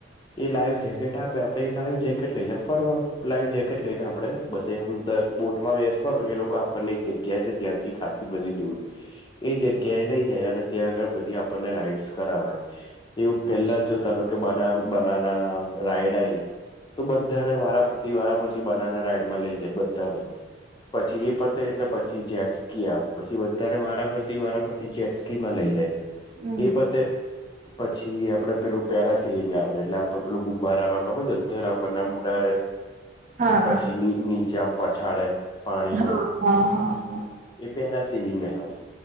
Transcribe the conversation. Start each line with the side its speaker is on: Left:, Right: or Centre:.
Left: એ લાઈવ જેકેટ આપે આપને લાઈવ જેકેટ લઈને ફરવા લાઈવ જેકેટ લઈને આપડે બધે આમ અંદર બોટ માં બેસવાનું એ લોકો પણ એક જગ્યા છે ત્યાંથી ખાાસસી બધી દૂર એ જગ્યા એ લઈ જાય અને ત્યાં આગળ બધી આપણને રાઈડસ કરાવે એવું પેલા
Right: અચ્છા
Left: જો તારો કે બના બનાના રાયડા તો બધાને વારાફરતી વારાફરતી બનાવના રાઈડમાં લઈ જાય બધાને પછી એ ફતે એટલે પછી જે. ક આવે પછી બધાને વારાફરતી વારા ફરતી જેેટ સ્કી માં લઈ જાય.
Right: હમ
Left: એ પતે પછી આપડે પેલું પેરા સિલિંગ આવે એટલે પેલું ગુબ્બારાવા ખબર છે અધર આપણને ઉડાડે
Right: હા
Left: પછીની
Right: હા
Left: નીચેમ પછાડે પાણીમાં
Right: હા હા હા
Left: એ પેરાસિલિંગ આવે